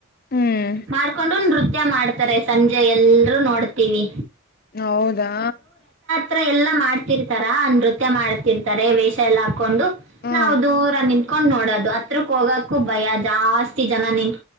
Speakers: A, on the left; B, on the right.
A: ಹ್ಮ್
B: ಮಾಡ್ಕೊಂಡು ನೃತ್ಯ ಮುೃತ್ಯ ಮಾಡ್ತಾರೆ ಸಂಜೆ ಎಲ್ರೂ ನೋಡ್ತೀವಿ.
A: ಹೌದಾ.
B: ತ್ರ ಎಲ್ಲಾ ಮಾಡ್ತರ್ತಾರ ನೃತ್ಯ ಮಾಡ್ತರ್ತಾರೆ ವೇಷ ಎಲ್ಲ ಹಾಕೊಂಡು
A: ಹಾ
B: ನಾವು ದೂರ ನಿಂತ ಕೊಂಡ್ ನೋಡೋದು ಹತ್ರಕ್ಕ ಹೋಗಕ್ಕೂ ಭಯ ಜಾಸ್ತಿ ಜನ ನಿನ್